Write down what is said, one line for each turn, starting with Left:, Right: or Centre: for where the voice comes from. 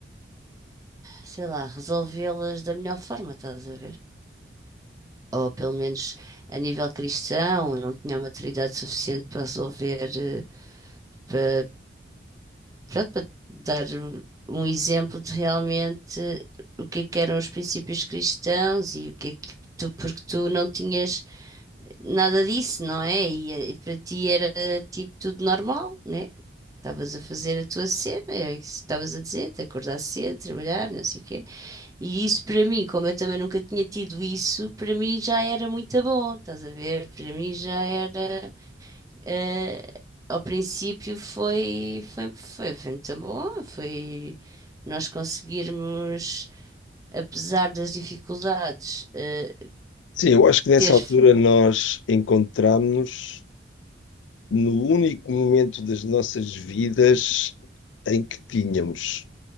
Right: sei lá, resolvê-las da melhor forma, estás a ver? Ou pelo menos a nível cristão, não tinha a maturidade suficiente para resolver, eh, para, pronto, para dar um exemplo de realmente o que é que eram os princípios cristãos e o que é que tu, porque tu não tinhas. nada disso, não é? E, eh, para ti era tipo tudo normal, né? Estavas a fazer a tua cena, é isso que estavas a dizer, te acordar cedo, trabalhar, não sei o quê. E isso para mim, como eu também nunca tinha tido isso, para mim já era muito bom, estás a ver? Para mim já era. eh, ao princípio foi, foi, foi, foi muito bom, foi nós conseguirmos, apesar das dificuldades, eh,
Left: sim, eu acho que nessa
Right: ter.
Left: altura nós encontramos-nos no único momento das nossas vidas em que tínhamos